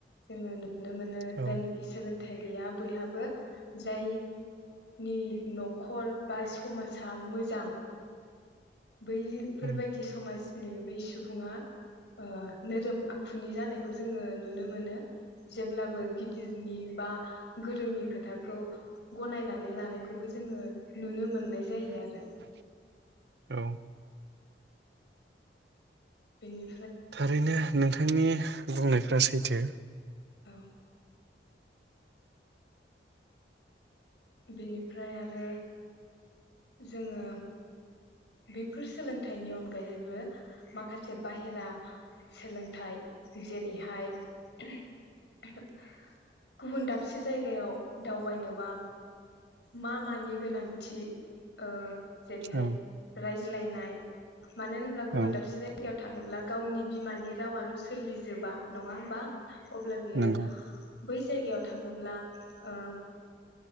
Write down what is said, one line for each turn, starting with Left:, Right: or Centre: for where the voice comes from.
Left: जोङो नुनो मोनो
Right: औ
Left: जायनिखि सोलोंथाइ गैया बैहाबो जाय नि नखर बा समासा मोजां बैफोरबायदि
Right: औ
Left: समाज बे बै सुबुङा ओ नोरोम आखुनि जानायखौ जोङो नुनो मोनो जेब्लाबो गिदिरनि बा गोरोंनि खोथाखौ गनायनानै नै लानायखौबो जोङो नुनों नोननाय जायो आरो
Right: औ
Left: बिनि
Right: थारैनो नोंथांनि बुंनायफ्रा सैथो।
Left: औ बेनिफ्राय आरो जोङो बेफोर सोलोंथाइनि अनगायैबो माखासे बाहेरा सोलोंथाइ जेरैहाय गुबुन दाबसे जायगायाव दावबायनोबा मा मानि गोनांथि ओ जेरैहाय
Right: औ
Left: राइ ज्लायनाय। मानो होनब्ला गुबुन
Right: औ
Left: दाबसे जायगायाव थाङोब्ला गावनि बिमानि रावाल' सोलिजोबा नङा होमबा? अब्ला बियो
Right: नंगौ
Left: बै जायगायाव थाङोब्ला ओ